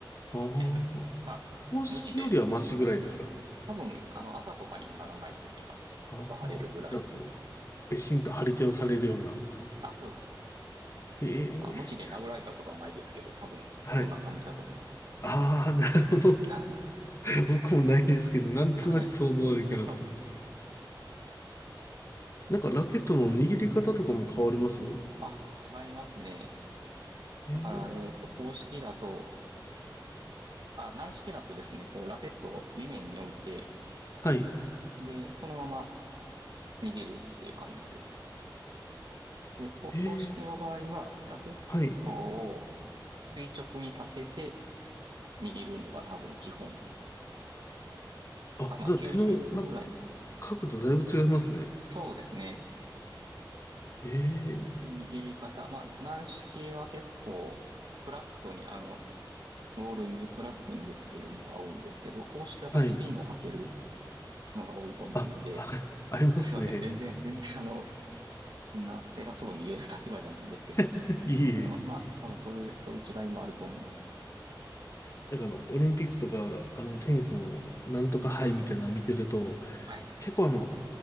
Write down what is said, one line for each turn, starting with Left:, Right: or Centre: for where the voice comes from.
Left: ああ。
Right: です。まあ、
Left: 公式よりはマシぐらいですか
Right: 無知で、多分、あの、あざとかにはならないと思いますね。
Left: ああ、
Right: ちょっと腫れるぐらい。
Left: じゃあこう、べしんと張り手をされるような。
Right: あ、そうですね。
Left: へえ、
Right: まあ、無知で殴られたことはないですけど、多分、
Left: はい。
Right: そんな感じだと思います。
Left: ああ、なるほど。
Right: はい。
Left: <laughs> 僕もないですけど、なんとなく想像はできます。
Right: はい。<laughs> 多分。
Left: なんかラケットの握り方とかも変わります
Right: あ、違いますね。
Left: へえ、
Right: だから、えっと、公式だと、あ、軟式だとですね、こう、ラケットを地面に置いて、
Left: はい。
Right: で、そのまま逃げるっていう感じです。で、こ公式の場合は、
Left: へえ、
Right: ラケットを
Left: はい。
Right: 垂直に立てて逃げるのが多分基本。
Left: あ、
Right: だからまあ90度ぐらい。
Left: じゃあ手の、なんか、角度だいぶ違いますね。
Right: そうですね。
Left: へえ、
Right: で握り方。まあ、軟式は結構、フラットに、あの、ボールにフラットにぶつけるのが多いんですけど、公式はやっぱスピンをかける
Left: はい。
Right: のが多いと思うので、
Left: あ、<laughs> ありますね。
Right: あ、すいません。全然、全然あの、こんな偉そうに言える立場じゃないんですけど、
Left: <laughs> いえいえ。
Right: あまあ、多分それ、そういう違いもあると思います。
Left: なんかあの、オリンピックとか、あの、テニスのなんとか杯みたいなの見てると、
Right: はい。
Left: 結構あの、